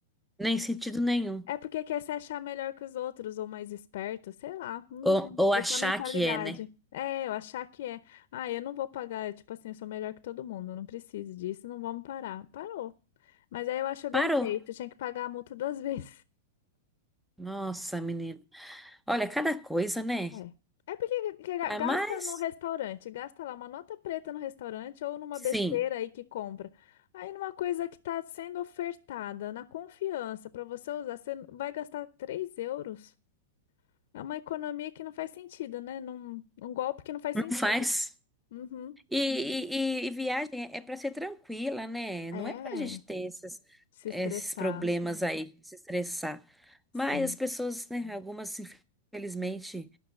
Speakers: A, in the centre; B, on the left.
A: nem sentido nenhum.
B: É porque quer se achar melhor que os outros ou mais esperto, sei lá. hum,
A: Ou, ou
B: essa
A: achar
B: mentalidade.
A: que é, né?
B: É, eu achar que é. Ah, eu não vou pagar, eu, tipo assim, eu sou melhor que todo mundo, eu não preciso disso, não vamos parar. Parou. Mas aí eu acho bem
A: Parou.
B: feito, tinha que pagar a multa duas <laughs> vezes.
A: Nossa, menina. Olha, cada coisa, né?
B: É. É porque que- que-
A: Ah,
B: gasta
A: Mas,
B: no restaurante, gasta lá uma nota preta no restaurante ou numa
A: sim,
B: besteira aí que compra. Aí numa coisa que está sendo ofertada, na confiança, para você usar, você vai gastar 3 euros. É uma economia que não faz sentido, né? Num, um golpe que não faz
A: não
B: sentido.
A: faz.
B: Uhum.
A: E, e- e- e viagem é para ser tranquila, né?
B: É,
A: Não é para a gente ter esses,
B: se
A: esses
B: estressar,
A: problemas aí, se estressar.
B: sim,
A: Mas as pessoas, né? Algumas, infelizmente,